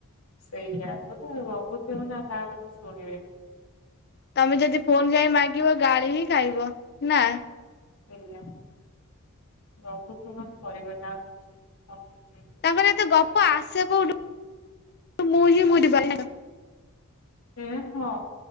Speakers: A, on the left; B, on the left.
A: ସେଇଆ ପୁରା ଆଉ ଗପୁଥୁବେ ମାନେ ଆଉ କାହା କଥା ଶୁଣିବେନି।
B: ତମେ ଯଦି ଫୋନ ଯାଇ ମାଗିବ ଗାଳି ହିଁ ଖାଇବ ନା।
A: ସେଇଆ ଗପୁଥୁବ ମାନେ ସରିବନି ଆଉ କିଛି। <unintelligible>
B: ତାଙ୍କର ଏତେ ଗପ ଆସେ କୋଉଠୁ ମୁଁ ହିଁ। <inaudible>
A: ଏ ହଁ